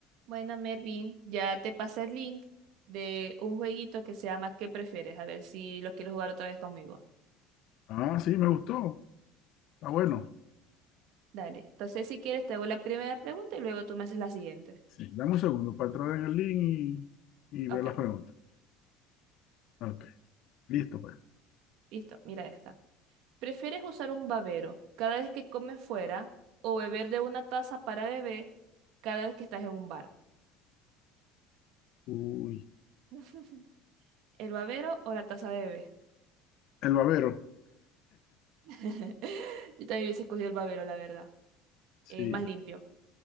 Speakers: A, on the right; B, on the left.
A: Bueno, Mervin, ya te pasé el link de un jueguito que se llama ¿Qué prefieres? A ver si lo quieres jugar otra vez conmigo.
B: Ah, sí, me gustó. Está bueno.
A: Dale. Entonces, si quieres, te hago la primera pregunta y luego tú me haces la siguiente.
B: Sí. Dame un segundo para entrar en el link y, y ver
A: Ok,
B: las preguntas. Ok, listo pues.
A: listo, mira esta. ¿Prefieres usar un babero cada vez que comes fuera o beber de una taza para bebé cada vez que estás en un bar?
B: Uy,
A: <laughs> ¿El babero o la taza de bebé?
B: el babero.
A: <laughs> Yo también hubiese escogido el babero, la verdad.
B: Sí,
A: Es más limpio.